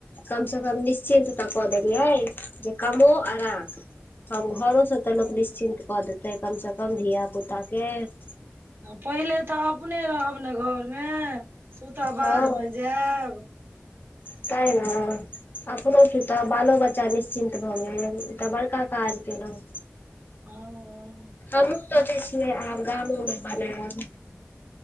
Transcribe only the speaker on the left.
कम से कम निश्चिन्त तऽ कऽ देलियै जे कमो आ राख अब घरो स- - तहेन त लोक
निश्चिन्त कऽ देतै कम से कम धिय पुता के- -
हँ
सेय न- - अपनो सु त बालो बच्चा निश्चिन्त भऽ गेल एकटा बड़का काज केलहुँ।
हमहूँ सोचै छियै आब गामोमे बनेैब।